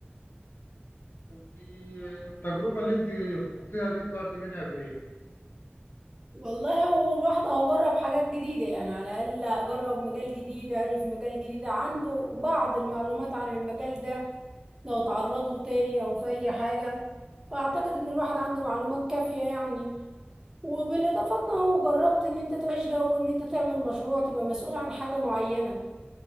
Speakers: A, on the left; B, on the right.
A: أنت التجربة اللي أنت خضتيها دي طلعت منها بإيه؟
B: والله هو الواحد اهو جرب حاجات جديدة يعني على الأقل أجرب مجال جديد أعرف مجال جديد عنده بعض المعلومات عن المجال ده لو تعرض له تاني أو في أي حاجة فأعتقد إن الواحد عنده معلومات كافية يعني وبالاضافه انه جربت ان انت تعيش جو ان انت تعمل مشروع تبقى مسؤول عن حاجه معينه